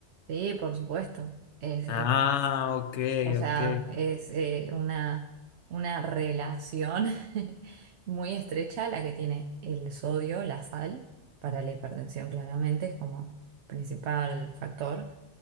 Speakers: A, on the right; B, on the left.
A: Sí, por supuesto. Es,
B: Ah,
A: eh,
B: ok,
A: O sea,
B: ok.
A: es eh, una, una relación <laughs> muy estrecha la que tiene el sodio, la sal, para la hipertensión claramente es como principal factor